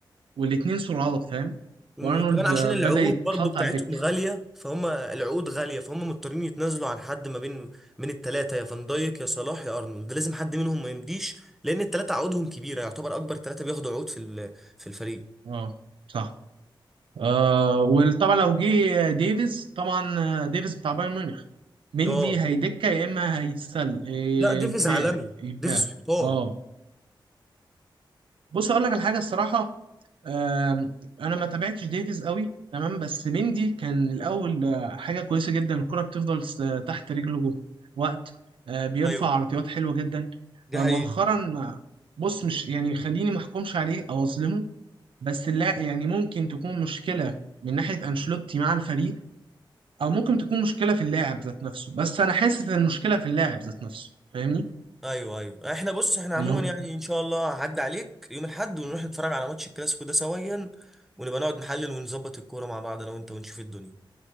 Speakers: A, on the right; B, in the centre.
A: والاتنين سرعات فاهم
B: م-
A: وارنولد
B: وكمان عشان
A: آه،
B: العقود
A: بدأ يتحط
B: برضو بتاعتهم
A: على الدكة
B: غاليه فهم العقود غاليه فهم مضطرين يتنازلوا عن حد ما بين من الثلاثه يا فان دايك يا صلاح يا ارنولد لازم حد منهم ما يمديش لان الثلاثه عقودهم كبيره يعتبر اكبر ثلاثه بياخدوا عقود في ال- في الفريق
A: اه صح آه وطبعا لو جه ديفيز طبعا آه، ديفيز بتاع بايرن ميونخ مندي
B: اه
A: هيدكه يا اما هيتسل إيه،
B: لا ديفيز
A: يتباع
B: عالمي
A: يتباع
B: ديفيز حيطان
A: اه بص اقول لك على حاجه الصراحه آم، انا ما تابعتش ديفيز قوي تمام بس مندي كان الاول آه، حاجه كويسه جدا الكره بتفضل س- تحت رجله جوه وقت آه، بيرفع
B: ايوه
A: عرضيات حلوه جدا
B: دي
A: آه،
B: حقيقة
A: مؤخرا ما بص مش يعني خليني ما احكمش عليه او اظلمه بس لا يعني ممكن تكون مشكلة من ناحية أنشيلوتي مع الفريق أو ممكن تكون مشكلة في اللاعب ذات نفسه بس أنا حاسس إن المشكلة في اللاعب ذات نفسه فاهمني
B: ايوه ايوه احنا بص احنا عموما
A: اللي هو
B: يعني ان شاء الله هعدي عليك يوم الاحد ونروح نتفرج على ماتش الكلاسيكو ده سويا ونبقى نقعد نحلل ونظبط الكوره مع بعض انا وانت ونشوف الدنيا